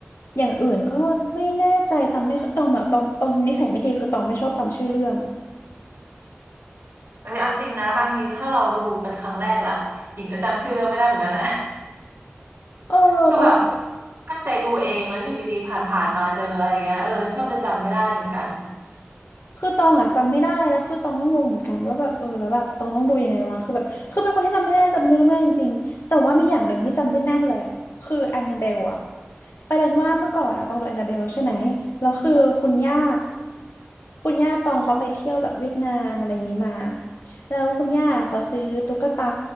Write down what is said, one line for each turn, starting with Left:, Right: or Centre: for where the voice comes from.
Left: อย่างอื่นก็ไม่แน่ใจจำไม่ค่อยตองแบบตองตองนิสัยไม่ดีคือตองไม่ชอบจำชื่อเรื่อง
Right: เอ้ยเอาจริงนะบางทีถ้าเราดูเป็นครั้งแรกล่ะหญิงก็จำชื่อเรื่องไม่ได้เหมือนกันแหละ
Left: เออตอง
Right: คือแบบตั้งใจดูเองแล้วอยู่ดีๆผ่านๆมาเจออะไรเงี้ยเออชอบจะจำไม่ได้เหมือนกัน
Left: คือตองอ่ะจำไม่ได้แล้วคือตองก็งงเหมือนกันว่าแบบเออแล้วแบบตองต้องดูยังไงวะคือแบบคือเป็นคนที่จำไม่ได้จำเรื่องไม่ได้จริงๆแต่ว่ามีอย่างหนึ่งที่จำได้แม่นเลยคือแอนนาเบลอะประเด็นว่าเมื่อก่อนอะตองดูแอนนาเบลใช่ไหมแล้วคือคุณย่าคุณย่าตองเขาไปเที่ยวแบบเวียดนามอะไรอย่างนี้มาแล้วคุณย่าเขาซื้อตุ๊กตา